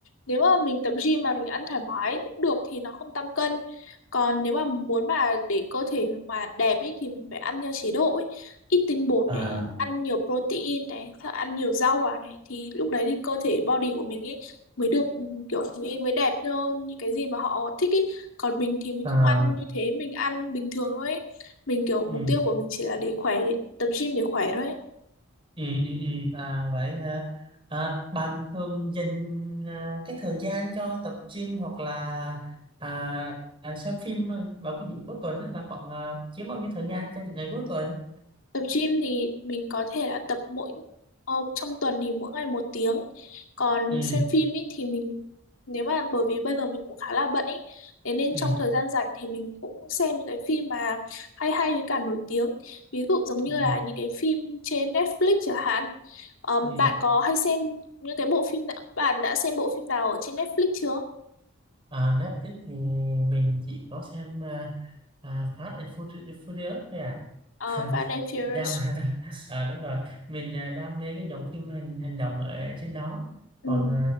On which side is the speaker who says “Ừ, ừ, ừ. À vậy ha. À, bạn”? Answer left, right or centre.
Right